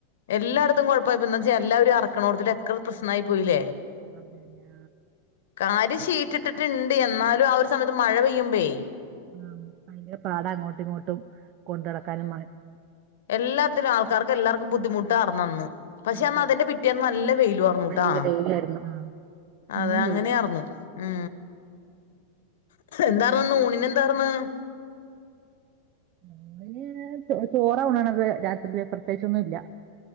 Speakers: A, on the left (about 60°); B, on the right (about 40°).
A: എല്ലായിടത്തും. കുഴപ്പച്ചാ എല്ലാവുംറക്കണത്തി എത്ര പ്രശ്നായി പോയില്ലേ
B: അതെല്ലെ
A: കാര്യം ശീറ്റ്ഇട്ടിട്ടുണ്ട് എന്നാലും ആ ഒരു സമയത്ത് മഴ പെയ്യുമ്പേ-
B: ഉം ആ ഭയങ്കര പാട, അങ്ങോട്ടും ഇങ്ങോട്ടും കൊണ്ട നടക്കാനും, മാറ്റാ -
A: എല്ലാ- ആൾക്കാർ എല്ലാർും- ബുദ്ധിമുട്ട ന്നാർഅന്ന് പക്ഷെ
B: അതന്നെ
A: അന്ന് അതിന്റെ പിറ്റേന്ന് നല്ല വെയിലും ആർന്നുട്ടാ
B: നല്ല വെയിലായിരുന്നു ആ,
A: അത
B: ഇന്നും
A: അങ്ങനെയന്നു
B: വെയിലായിരുന്നു
A: ഉ എന്താന്ന ഊണിന എന്താർന്ന്
B: മോന് ചോറ ണാണത് രാത്രില് പ്രത്യേകിച്ചൊന്നും ഇല്ല